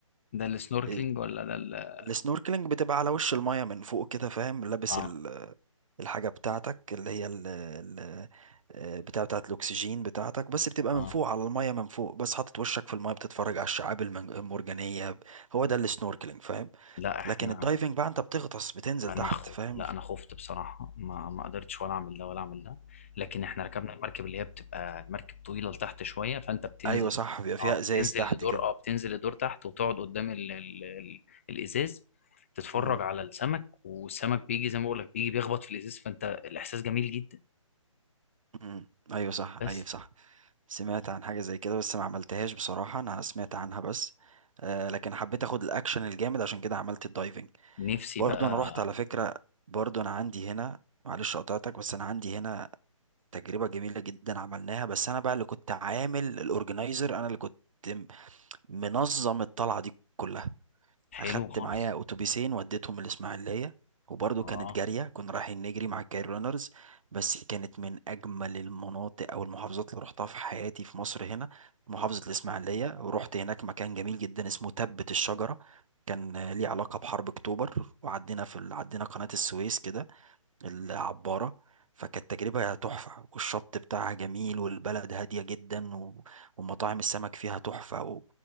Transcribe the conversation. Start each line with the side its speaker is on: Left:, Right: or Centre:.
Left: ده السنوركلينج
Right: إيه،
Left: ولا ده ال...
Right: السنوركلينج بتبقى على وش المية من فوق كده فاهم لابس
Left: اه
Right: ال- الحاجة بتاعتك اللي هي ال ال آه، بتاع بتاعت الأكسجين بتاعتك بس بتبقى من
Left: اه
Right: فوق على المية من فوق بس حاطط وشك في المية بتتفرج على الشعاب المن- المرجانية هو ده السنوركلينج فاهم
Left: لا احنا
Right: لكن الدايفنج بقى انت بتغطس بتنزل
Left: انا
Right: تحت
Left: خو...
Right: فاهم
Left: لا انا خفت بصراحه ما ما قدرتش ولا اعمل ده ولا اعمل ده لكن احنا ركبنا المركب اللي هي بتبقى المركب طويله لتحت شويه فانت بتنزل
Right: ايوه صح بيبقى فيها
Left: اه بتنزل
Right: ازاز تحت
Left: لدور
Right: كده
Left: اه بتنزل لدور تحت وتقعد قدام ال... ال... ال... الازاز تتفرج
Right: امم
Left: على السمك والسمك بيجي زي ما بقول لك بيجي بيخبط في الازاز فانت الاحساس جميل جدا
Right: امم ايوه صح
Left: بس
Right: ايوه صح سمعت عن حاجه زي كده بس ما عملتهاش بصراحه انا سمعت عنها بس آه لكن حبيت اخد الاكشن الجامد عشان كده عملت الدايفنج
Left: نفسي
Right: برضو
Left: بقى
Right: انا رحت على فكره برضو انا عندي هنا معلش قطعتك بس انا عندي هنا تجربه جميله جدا عملناها بس انا بقى اللي كنت عامل الاورجنايزر انا اللي كنت م- منظم الطلعه دي كلها
Left: حلو
Right: اخدت
Left: خالص
Right: معايا اتوبيسين وديتهم الاسماعيليه وبرضه
Left: اه
Right: كانت جاريه كنا رايحين نجري مع الكاير رانرز بس كانت من اجمل المناطق او المحافظات اللي رحتها في حياتي في مصر هنا محافظه الاسماعيليه ورحت هناك مكان جميل جدا اسمه تبت الشجره كان آه، ليه علاقه بحرب اكتوبر وعدينا في ال- عدينا قناه السويس كده العباره فكانت تجربة تحفة والشط بتاعها جميل والبلد هادية جدا و... ومطاعم السمك فيها تحفة و...